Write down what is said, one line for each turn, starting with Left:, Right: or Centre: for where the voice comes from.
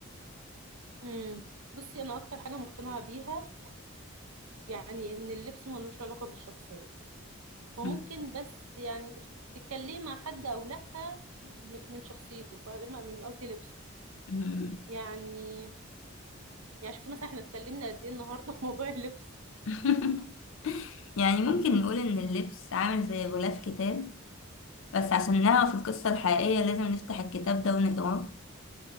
Right: امم بصي انا اكتر حاجه مقتنعه بيها يعني ان اللبس ملوش علاقة بالشخصية هو
Left: مم.
Right: ممكن بس يعني تف- تتكلمي مع حد او لا م- من شخصيته فاهمة من قصدي لبسه
Left: مم.
Right: يعني يعني شوفي مثلا احنا اتكلمنا قد ايه النهاردة في موضوع اللبس
Left: <laughs> يعني ممكن نقول إن اللبس عامل زي غلاف كتاب بس عشان نعرف القصة الحقيقية لازم نفتح الكتاب ده ونقراه